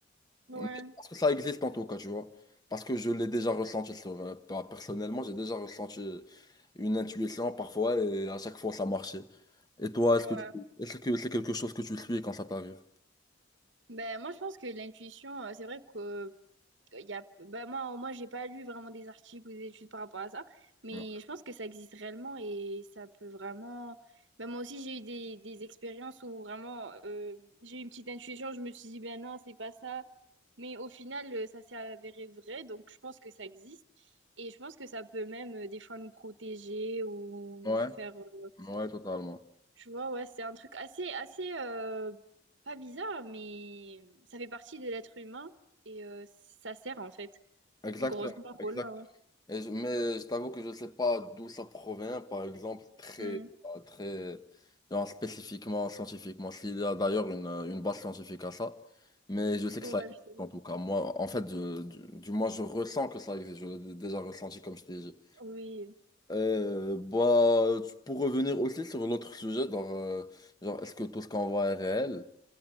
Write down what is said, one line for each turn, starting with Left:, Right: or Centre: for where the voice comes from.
Right: Ouais.
Left: mais je pense que ça existe en tout cas, tu vois. Parce que je l'ai déjà ressenti sur, euh, pas- personnellement, j'ai déjà ressenti une intuition parfois et à chaque fois, ça marchait. Et toi, est-ce
Right: Ouais.
Left: que tu- est-ce que c'est quelque chose que tu suis quand ça t'arrive?
Right: Ben, moi, je pense que l'intuition, euh, c'est vrai que Il y a, bah moi, moi, j'ai pas lu vraiment des articles ou des études par rapport à ça, mais
Left: Ouais.
Right: je pense que ça existe réellement et ça peut vraiment. Bah, moi aussi, j'ai eu des, des expériences où vraiment euh, j'ai eu une petite intuition, je me suis dit, ben non, c'est pas ça. Mais au final, euh, ça s'est avéré vrai, donc je pense que ça existe. Et je pense que ça peut même euh, des fois nous protéger ou nous
Left: Ouais.
Right: faire. euh,
Left: Ouais, totalement.
Right: je vois, ouais, c'est un truc assez, assez euh, pas bizarre, mais ça fait partie de l'être humain et euh, ça sert en fait.
Left: Exactement,
Right: Donc heureusement
Left: exact.
Right: qu'on l'a, ouais.
Left: Et je- mais je t'avoue que je ne sais pas d'où ça provient, par exemple, très,
Right: Mm.
Left: euh, très, genre spécifiquement, scientifiquement. S'il y a d'ailleurs une, euh, une base scientifique à ça, mais je sais que
Right: Ouais,
Left: ça existe,
Right: je sais
Left: en tout
Right: pas.
Left: cas. Moi, en fait, je- du, du moins, je ressens que ça existe. Je l'ai déjà ressenti, comme je t'ai dit.
Right: Oui,
Left: Euh, bah, tu- pour revenir aussi sur l'autre sujet, genre, euh, genre est-ce que tout ce qu'on voit est réel?